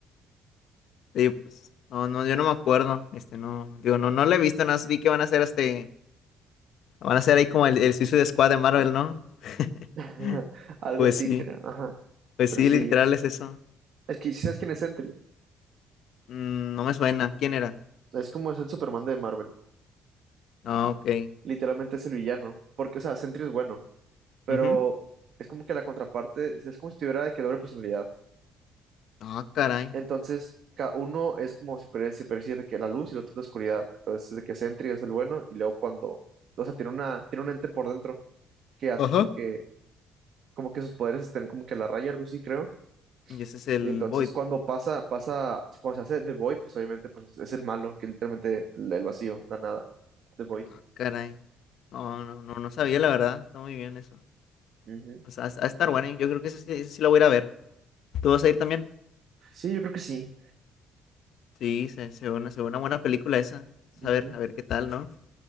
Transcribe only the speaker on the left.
Sí, pues, no, no, yo no me acuerdo, este, no, digo, no, no la he visto, no vi que van a hacer este, van a hacer ahí como el, el Suicide Squad de Marvel, ¿no?
<laughs>
Pues
sí,
pues
sí,
literal es eso.
Mm, no me suena, ¿quién era?
Ah, ok.
Ujú.
Ah, caray.
Ajá.
Y ese es el
Void.
Ah, caray. No, no, no, no sabía la verdad, está muy bien eso.
O sea, a estar bueno, yo creo que ese, sí ese sí lo voy a ir a ver. ¿Tú vas a ir también?
Sí, se, se ve una, se ve una buena película esa. Entonces,
a ver, a ver qué tal, ¿no?